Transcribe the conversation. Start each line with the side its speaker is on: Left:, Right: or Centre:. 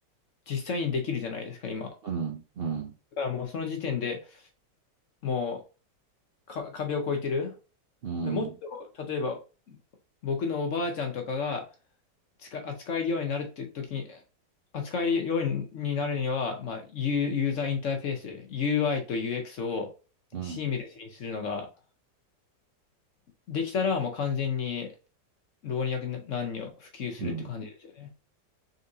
Left: 実際にできるじゃないですか、今。
Right: うん、うん、
Left: だからもうその時点でもうか壁を越えてる。
Right: うん、
Left: で、もっと、例えば、僕のおばあちゃんとかが使扱えるようになるって時に、扱えるようになるには、まあ、ユーユーザーインターフェース、UI と UX をシームレスにするのが、
Right: うん、
Left: できたら、もう完全に老若男女普及するって感じですよね。
Right: うん。